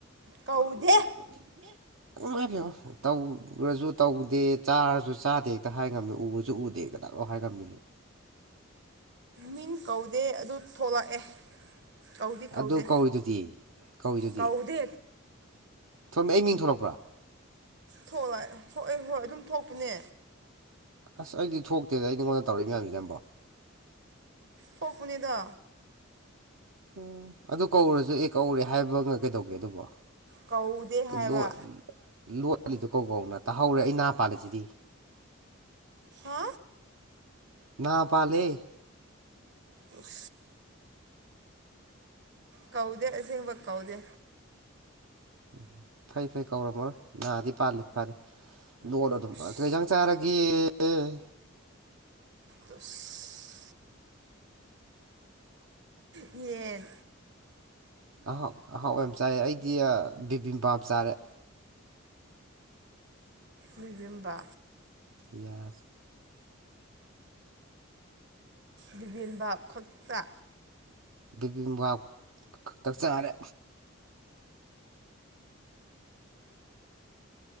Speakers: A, on the right; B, on the right.
A: ꯀꯧꯗꯦ
B: ꯑꯝꯝ ꯏꯃꯥꯏꯄꯦꯃꯥ ꯇꯧ ꯔꯖꯨ ꯇꯧꯗꯦ ꯆꯥꯔꯖꯨ ꯆꯥꯗꯦ ꯍꯦꯛꯇ ꯍꯥꯏ ꯉꯝꯃꯦ ꯎꯔꯖꯨ ꯎꯗꯦ ꯇꯗꯥꯏ ꯇꯛ ꯂꯥꯎ ꯍꯥꯏ ꯉꯝꯕꯤꯅꯦꯕ
A: ꯃꯤꯟ ꯀꯧꯗꯦ ꯑꯗꯨ ꯊꯣꯛꯂꯛꯑꯦ ꯀꯧꯗꯤ ꯀꯧꯗꯦ
B: ꯑꯗꯨ ꯀꯧꯏꯗꯨꯗꯤ ꯀꯧꯏꯗꯨꯗꯤ
A: ꯀꯧꯗꯦ
B: ꯊꯣꯝꯃꯦ ꯑꯩ ꯃꯤꯡ ꯊꯣꯂꯛꯄ꯭ꯔꯥ
A: ꯊꯣꯛꯂ ꯊꯣꯛꯑꯦ ꯍꯣꯏ ꯑꯗꯨꯝ ꯊꯣꯛꯄꯅꯦ
B: ꯑꯁ ꯑꯩꯗꯤ ꯊꯣꯛꯇꯦꯗ ꯑꯩ ꯅꯉꯣꯟꯗ ꯇꯧꯔꯛꯏ ꯃꯌꯥꯝꯁꯤ ꯅꯪꯝꯕꯣ
A: ꯍꯛꯅꯤꯗ
B: ꯎ ꯑꯗꯨ ꯀꯧꯔꯁꯨ ꯑꯦ ꯀꯧꯔꯦ ꯍꯥꯏꯕꯒ ꯀꯩꯗꯧꯒꯦ ꯑꯗꯨꯕꯣ
A: ꯀꯧꯗꯦ
B: ꯀꯂꯔ
A: ꯍꯥꯏꯕ
B: ꯂꯣꯠꯂꯤꯗꯨ ꯀꯧꯕꯧꯅ ꯇꯥꯍꯧꯔꯦ ꯑꯩ ꯍ ꯄꯥꯜꯂꯁꯤꯗꯤ
A: ꯍꯥ
B: ꯅꯥ ꯄꯥꯦ
A: ꯑꯐ ꯀꯧꯗ ꯑꯁꯕ ꯀꯎꯗ
B: ꯎꯝ ꯐꯩ ꯐꯩ ꯀꯧꯔꯝꯃꯔꯣꯏ ꯅꯥꯗꯤ ꯄꯥꯜꯂꯤ ꯐꯔꯦ ꯂꯣꯠ ꯑꯗꯨꯝ
A: ꯇꯨꯁ
B: ꯀꯖꯥꯡ ꯆꯥꯔꯒꯦ ꯒꯤ
A: ꯗꯁ ꯌꯦꯠ
B: ꯑꯍꯥꯎ ꯑꯍꯥꯎꯕ ꯆꯥꯏ ꯑꯩꯗꯤ ꯕꯤꯕꯤꯝ ꯄꯥꯝ ꯆꯥꯔꯦ
A: ꯃꯤꯒꯦꯝꯕ
B: ꯄꯤꯌꯥꯁ
A: ꯕꯤꯚꯦꯟꯕ ꯈꯛꯇ
B: ꯕꯤꯦꯕꯤ ꯃꯕꯥ ꯈꯛꯇꯛ ꯆꯥꯔꯦ